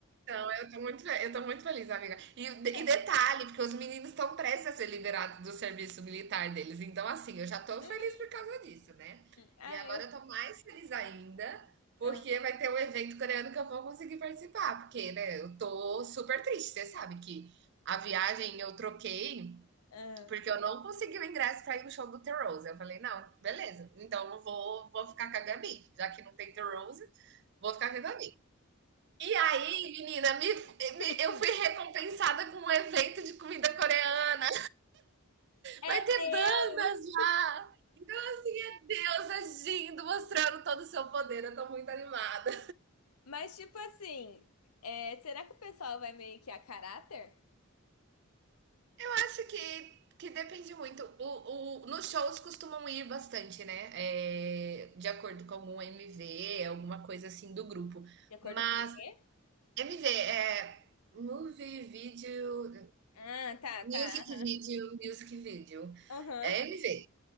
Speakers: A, on the right (about 50°); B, on the left (about 85°).
A: Não, eu tô muito, fe- eu tô muito feliz, amiga. E, e
B: É.
A: detalhe, porque os meninos estão prestes a ser liberados do serviço militar deles. Então, assim, eu já tô
B: Hum,
A: feliz por causa disso, né?
B: ah,
A: E agora
B: eu.
A: eu tô mais feliz ainda, porque
B: ah,
A: vai ter um evento coreano que eu vou conseguir participar. Porque, né, eu tô super triste. Você sabe que a viagem eu troquei
B: ah.
A: porque eu não consegui o ingresso pra ir no show do The Rose. Eu falei, não, beleza. Então eu vou, vou ficar com a Gabi, já que não tem The Rose, vou ficar com a Gabi. E aí, menina, me, me-
B: <laughs>
A: eu fui recompensada com um evento de comida coreana.
B: É
A: Vai ter
B: Deus!
A: bandas lá. Então, assim, é Deus agindo, mostrando todo o seu poder. Eu tô muito animada.
B: Mas, tipo assim, é, será que o pessoal vai meio que a caráter?
A: Eu acho que, que depende muito. O, o- nos shows costumam ir bastante, né? É, de acordo com algum MV, alguma coisa assim do grupo.
B: De acordo
A: Mas
B: com o quê?
A: MV é movie, vídeo,
B: Ah, tá,
A: music
B: tá.
A: video, music video.
B: Aham. Aham.
A: É MV.